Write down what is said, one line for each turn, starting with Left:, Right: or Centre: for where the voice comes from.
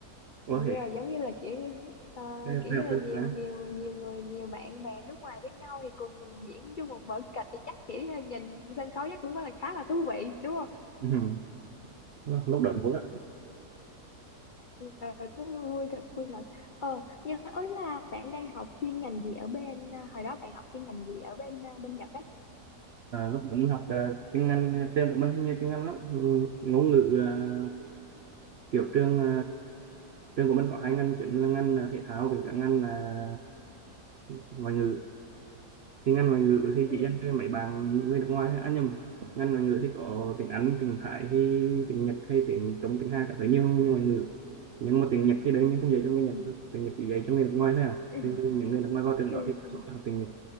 Right: có
Left: nhưng
Right: thể
Left: mà giống như là kiểu như ờ,
Right: theo
Left: kiểu
Right: xem
Left: như là nhiều
Right: quá
Left: nhiều nhiều người nhiều bạn bè nước ngoài với nhau thì cùng diễn chung một vở kịch thì chắc kiểu như là nhìn sân khấu chắc cũng rất là khá là thú vị đúng không
Right: Ừ. Lúc
Left: Ừ,
Right: lúc đó vui á
Left: ờ, nó vui thật vui thật ờ nhưng mà ấy là bạn đang học chuyên ngành gì ở bên à, hồi đó bạn học chuyên ngành gì ở bên à, bên Nhật ấy
Right: à, lúc đó mình học ờ, chuyên ngành à, trường của mình thì nhiều chuyên ngành lắm Ừ, ngôn ngữ là kiểu trường ờ, trường của mình có hai ngành chính là ngành ờ, thể thao với cả ngành là ngoại ngữ thì ngành ngoại ngữ thì
Left: ừ
Right: chị dành cho mấy bạn người nước ngoài thôi à nhầm ngành ngoại ngữ thì có tiếng Anh tiếng Thái hay tiếng Nhật hay tiếng Trung tiếng Hàn các thứ nhiều nhiều ngoại ngữ nhưng mà tiếng Nhật thì đương nhiên không dạy cho người
Left: ừ
Right: Nhật thôi. tiếng Nhật chỉ dạy cho người nước ngoài thôi à
Left: ừ.
Right: thì những người nước ngoài vào trường
Left: ừ
Right: đó thì đa
Left: ừ
Right: số là học tiếng Nhật